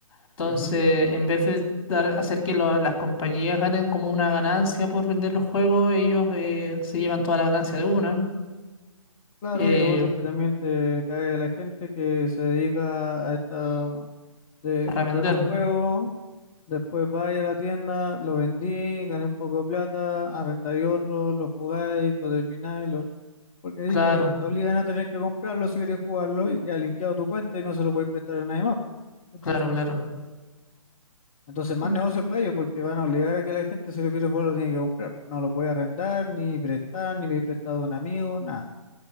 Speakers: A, on the left; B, on the left.
A: Entonces,
B: ujú,
A: en vez de dar, hacer que lo- las compañías ganen como una ganancia por vender los juegos, ellos eh, se llevan toda la ganancia de una
B: Claro,
A: eh,
B: y lo otro que también te cae a la gente que se dedica a esta de
A: a revender.
B: comprar un juego, después vaya a la tienda, lo vendí, gané un poco de plata, arrendáis otro, lo jugáis, lo termináis, lo... porque ahí
A: Claro,
B: te, te obligan a tener que comprarlo si queréis jugarlo y queda linkeado tu cuenta y no se lo podéis prestar a nadie más, ¿cachai?
A: claro, claro.
B: Entonces más
A: Mm,
B: negocio para ellos porque van a obligar a que la gente si lo quiere jugar lo tiene que comprar, no lo puede arrendar, ni prestar, ni pedir prestado a un amigo, nada,